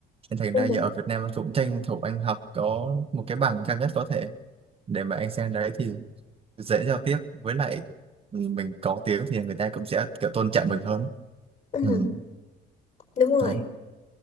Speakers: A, on the right; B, on the left.
A: nên thành
B: Ừ.
A: ra giờ ở Việt Nam anh cũng tranh thủ anh học có một cái bằng cao nhất có thể để mà anh sang đấy thì dễ giao tiếp với lại mình có tiếng thì người ta cũng sẽ kiểu tôn trọng mình hơn
B: Ừ,
A: ừ.
B: đúng rồi.
A: đấy